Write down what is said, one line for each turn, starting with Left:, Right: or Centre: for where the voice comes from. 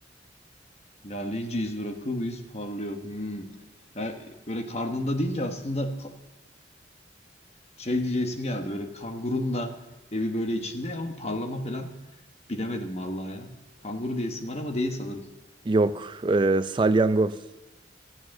Left: İlerleyince iz bırakır bu iz parlıyor. Hmm. Ya böyle karnında deyince aslında ka- şey diyeceğim geldi. Böyle kangurun da evi böyle içinde ama parlama falan bilemedim vallahi ya. Kanguru diyesim var ama değil sanırım.
Right: Yok, e, salyangoz.